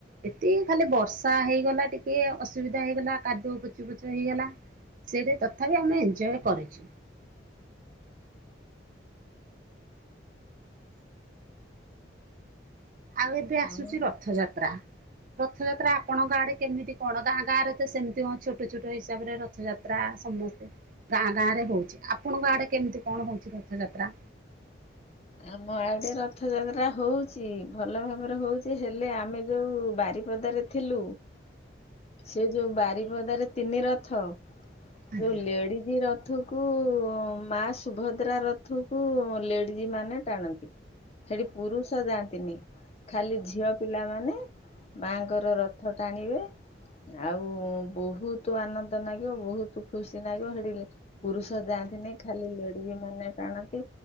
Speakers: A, on the right; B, on the left.
A: ଏତି ଖାଲି ବର୍ଷା ହେଇଗଲା ଟିକେ ଅସୁବିଧା ହେଇଗଲା କାଦୁଅ ପଚି ପଚ ହେଇଗଲା ସେଇଟ ତଥାପି ଆମେ ଏଜ କରିଚୁ ଆଉ ଏବେ ଆସୁଛି,
B: ହଁ
A: ରଥଯାତ୍ରା ରଥଯାତ୍ରା ଆପଣଙ୍କ ଆଡେ କେମିତି କଣ ଗାଁ ଗାଁରେ ତ ସେମିତି କ ଛୋଟ ଛୋଟ ହିସାବ ରେ ରଥଯାତ୍ରା ସମସ୍ତେ ଗାଁ ଗାଁ ରେ ହଉଚି, ଆପଣଙ୍କ ଆଡେ କେମିତି କଣ ହଉଛି ରଥଯାତ୍ରା?
B: ଆମ ଆଡେ ରଥଯାତ୍ରା ହଉଚି, ଭଲ ଭାବରେ ହଉଚି ହେଲେ ଆମେ ଯୋଉ ବାରି ବାରିପଦା ରେ ଥିଲୁ ସେ ଯୋଉ ବାରିପଦାରେ ତିନି ରଥ
A: ଆଜ୍ଞା
B: ଯୋଉ ଲେଡିଜ୍ ର ରଥକୁ ମା ସୁଭଦ୍ରା ରଥକୁ ଲେଡ଼ିଜ ମାନେ ଟାଣନ୍ତି ସେଠି ପୁରୁଷ ଯାଆନ୍ତିନି, ଖାଲି ଝିଅ ପିଲାମାନେ ମାଙ୍କର ରଥ ଟାଣିବେ ଆଉ ବହୁତ ଆନନ୍ଦ ଲାଗିବ ବହୁତ ଖୁସି ଲାଗିବ ହେଡିଲ ପୁରୁଷ ଜା ଖାଲି ଲେଡି ମାନେ ଟାଣନ୍ତି